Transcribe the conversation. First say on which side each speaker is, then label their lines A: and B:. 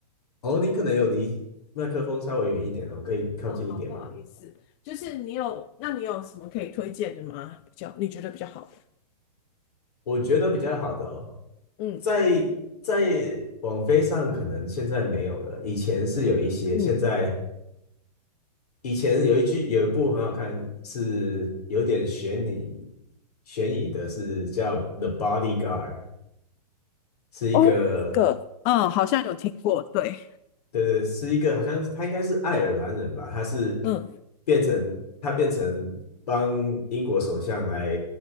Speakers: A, on the left; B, on the left.
A: 哦，你可能有离麦克风稍微远一点的，我可以靠近一点吗？
B: 哦，好，不好意思，就是你有，那你有什么可以推荐的吗？比较你觉得比较好的？
A: 我觉得比较好的哦，
B: 嗯
A: 在在网飞上可能现在没有了，以前是有一些，
B: 嗯，
A: 现在以前有一句有一部很好看，是有点悬疑悬疑的是叫《The Bodyguard》，是一个
B: 哦，这个，嗯，好像有听过，对，
A: 对对，是一个好像他应该是爱尔兰人吧，他是
B: 嗯，
A: 变成他变成帮英国首相来